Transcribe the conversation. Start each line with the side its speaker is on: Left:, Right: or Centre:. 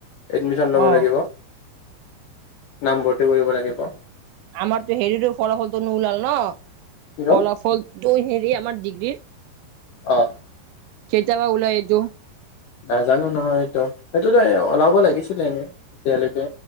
Left: এডমিশন লব
Right: অ
Left: লাগিব। নামভৰ্তি কৰিব লাগিব।
Right: আমাৰতো হেৰিটো ফলাফলটো নোলাল ন?
Left: কি হ'ল
Right: ফলাফল তই হেৰি আমাৰ ডিগ্ৰীৰ?
Left: অ।
Right: কেতিয়াবা ওলাই এইটো
Left: নাজানো নহয় এইটো, সেইটোতো ওলাব লাগিছিলে এনে এতিয়ালৈকে।